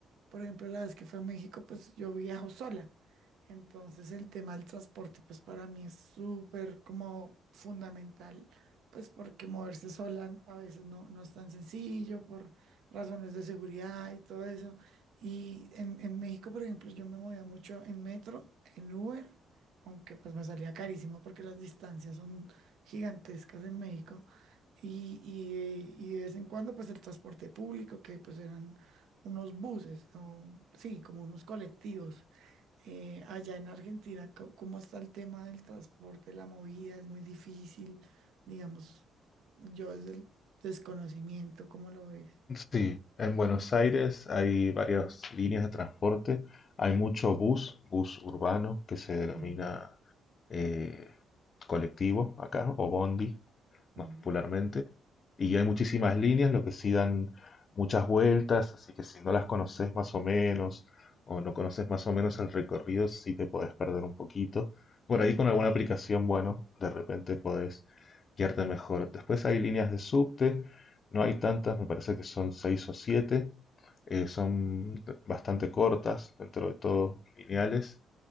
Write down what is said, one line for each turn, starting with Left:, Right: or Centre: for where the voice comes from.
Right: Por ejemplo, la vez que fui a México, pues yo viajo sola. Entonces el tema del transporte, pues para mí es súper como fundamental, pues porque moverse sola a veces no, no es tan sencillo por razones de seguridad y todo eso. Y en, en México, por ejemplo, yo me movía mucho en metro, en Uber, aunque pues me salía carísimo porque las distancias son gigantescas en México. Y, y, y de vez en cuando, pues el transporte público, que pues eran unos buses, o, sí, como unos colectivos. Eh, allá en Argentina, co- ¿cómo está el tema del transporte, la movida? Es muy difícil, digamos, yo desde el desconocimiento, ¿cómo lo ves?
Left: Sí, en Buenos Aires hay varias líneas de transporte, hay mucho bus, bus urbano, que se denomina
Right: Mm,
Left: eh, colectivo acá, o bondi,
Right: mm.
Left: más popularmente. Y hay muchísimas líneas, lo que sí dan muchas vueltas, así que si no las conoces más o menos, o no conoces más o menos el recorrido, sí te podés perder un poquito. Por ahí con alguna aplicación, bueno, de repente podés guiarte mejor. Después hay líneas de subte, no hay tantas, me parece que son seis o siete. eh, son bastante cortas, dentro de todo, lineales.